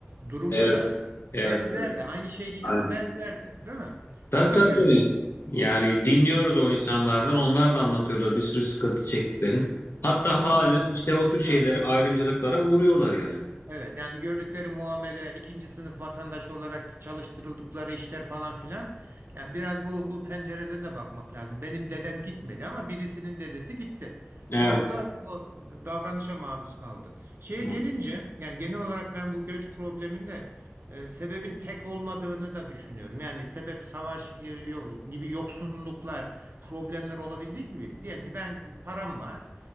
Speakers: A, on the right; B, on the left.
A: durumu
B: Evet.
A: da
B: Evet
A: benzerdi.
B: evet.
A: Aynı şey değil
B: Aynen.
A: ama benzerdi, değil mi?
B: Tabii
A: O
B: tabii
A: da göç,
B: tabii. Yani dinliyoruz o insanlardan. Onlar da anlatıyorlar bir sürü sıkıntı çektiklerini. Hatta
A: değil mi?
B: halen
A: Orada
B: işte o tür şeylere,
A: Aha.
B: ayrımcılıklara uğruyorlar yani.
A: Evet yani gördükleri muamele, ikinci sınıf vatandaş olarak çalıştırıldıkları işler falan filan. Yani biraz bu bu pencereden de bakmak lazım. Benim dedem gitmedi ama birisinin dedesi gitti
B: Evet.
A: ve orada o davranışa maruz kaldı. Şeye
B: Evet.
A: gelince yani genel olarak ben bu göç probleminde e, sebebin tek olmadığını da düşünüyorum. Yani sebep savaş gibi yo- gibi yoksunluklar, problemler olabildiği gibi diyelim ki ben param var.